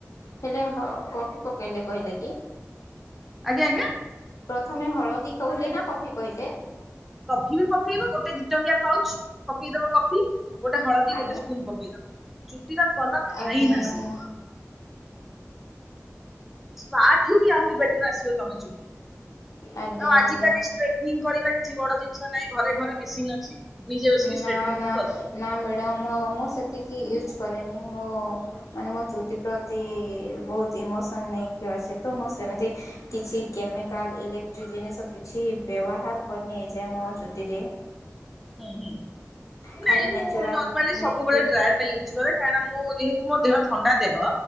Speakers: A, on the left; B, in the centre.
A: ହେଲେ ହ କଫି ପକେଇଲେ କହିଲେ କି?
B: ଆଜ୍ଞା ଆଜ୍ଞା
A: ଥମେ ହଳଦୀ କହିଲେ ନା କଫି କହିଲେ
B: କଫି ବି ପକେଇବ ଗୋଟେ ଦି ଟଙ୍କିଆ ପାଉଚ୍ ପକେଇଦବ କଫି ଗୋଟେ ହଳଦୀ
A: ଆଜ୍ଞା।
B: ଗୋଟେ ସ୍ପୁନ ପକେଇଦବ ଚୁଟିର କଲର
A: ଆଜ୍ଞା
B: ଫାଇନ୍ ଆସିବ
A: ଆଜ୍ଞା।
B: ସ୍ପା ଠୁ ବି ଆହୁରି ବେଟର ଆସିବ ତମ ଚୁଟି
A: ଆଜ୍ଞା
B: ଆଉ ଆଜି
A: ଆଜ୍ଞା
B: କାଲି ଷ୍ଟେଟ୍ନିଙ୍ଗ କରିବା କିଛି ବଡ ଜିନିଷ ନାଇଁ ଘରେ ଘରେ ମେସିନ୍ ଅଛି ନିଜେ ବସିକି
A: ନା
B: ଷ୍ଟ୍ରେଟନିଂ
A: ନା
B: ବି କରିପାରିବ
A: ନା ମାଡାମ୍ ମୁଁ ମୁଁ ସେତିକି ୟୁଜ୍ କରେନି ମୁଁ ମାନେ ମୋ ଚୁଟି ପ୍ରତି ବହୁତ ଇମୋସନ୍ ନେଇକି ଆସେତ ମୁଁ ସେମିତି
B: ହୁଁ
A: କିଛି କେମିକାଲ ଇଲେକ୍ଟ୍ରି ଯୋଉ ଜିନିଷ କିଛି ବ୍ୟବହାର କରିନି ଯେ ମୋ ଚୁଟିରେ
B: ହୁଁ ହୁ
A: ଖାଲି
B: ନାଇଁ
A: ନେଚୁରାଲ
B: ମୁଁ ନର୍ମାଲି ସବୁବେଳେ
A: ନେଚୁ
B: ଡ୍ରାୟାର୍ ଟା ୟୁଜ୍ କରେ କାରଣ ମୁଁ ଯେହେତୁ ମୋ ଦେହ ଥଣ୍ଡା ଦେହ